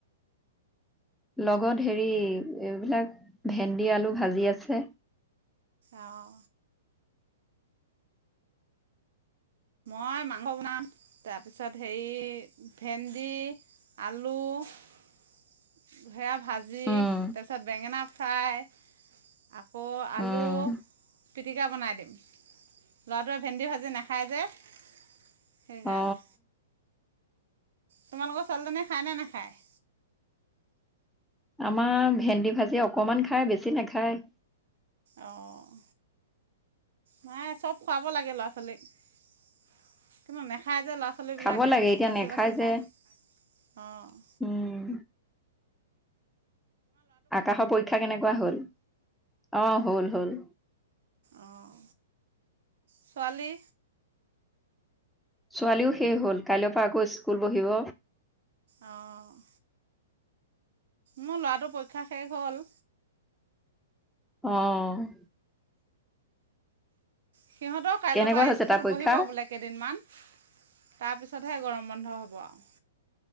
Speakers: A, in the centre; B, on the right (about 60°).
A: লগত হেৰি এইবিলাক ভেন্দি আলু ভাজি আছে
B: আহ মই মাংস বনাম তাৰপিছত হেৰি ভেন্দি আলু সেয়া ভাজি
A: উম
B: তাৰপিছত বেঙেনা। চাই। আকৌ আলু
A: উম
B: পিটিকা বনাই দিম। ল'ৰাটোৱে ভেন্দি ভাজি নাখায় যে। সেইকাৰণে
A: অ
B: তোমালোকৰ ছোৱালীজনীয়ে খায়নে নাখায়।
A: আমাৰ ভেন্দি ভাজি অকমান খাই বেছি নাখায়।
B: অঁহ ', নাই চব খুৱাব লাগে ল'ৰা ছোৱালীক কিন্তু নাখায় যে ল'ৰা ছোৱালীক।
A: খাব
B: পাচলিবিলাকে
A: লাগে এতিয়া
B: বাচি-
A: নেখাই
B: বাচি
A: যে
B: খায় অঁহ ',
A: উম আকাশৰ পৰীক্ষা কেনেকুৱা হল অহ ', হল হল
B: অঁহ ', ছোৱালী
A: ছোৱালীও শেষ হ'ল কাইলৈৰ পৰা আকৌ স্কুল বহিব।
B: অহ ', মোৰ ল'ৰাটোৰ পৰীক্ষা শেষ হ'ল।
A: অহ ',
B: সিহঁতৰ কাইলৈৰ
A: কেনেকুৱা
B: পৰা
A: হৈছে
B: স্কুল
A: তাৰ পৰীক্ষা
B: বহিব বোলে কেইদিনমান তাৰ পিছতহে গৰম বন্ধ হ'ব আৰু।